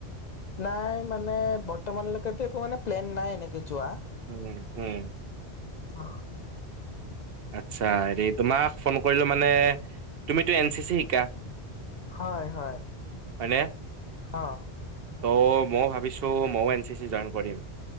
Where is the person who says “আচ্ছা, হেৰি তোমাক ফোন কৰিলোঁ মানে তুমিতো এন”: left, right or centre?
Right